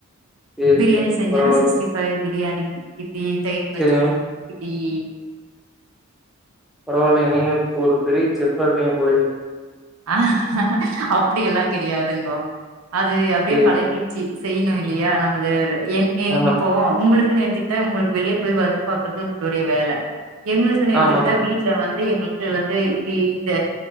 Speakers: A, in the centre; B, on the right.
A: சேரி
B: பிரியாணி
A: சேரிங்க.
B: செஞ்சாலு
A: பரவால்லைங்க.
B: சிக்ஸ்டி பைவ் பிரி பிரியாணி இப்டி தயிர் பச்சடி
A: சேரிங்க.
B: டீயி
A: பரவால்லைங்க நீங்க ஒரு பெரிய செஃப்பா இருப்பிங்க போலயே
B: அ அப்புடி எல்லா கெடையாதுங்கோ அது அப்டியே
A: சேரி.
B: பழகிருச்சு செய்யணு இல்லியா நம்புழுது என் எங்
A: ஆமா.
B: இப்போ உங்குளுக் நேத்திக்தா இவுங்குளுக்கு வெளிய போய் ஒர்க் பாக்குறது உங்குளுடைய வேல எங்களுக்குன்னு எடுத்துக்கிட்டா
A: ஆமாங்க.
B: வீட்ல வந்து எங்களுக் கு வந்து இப்டி இந்த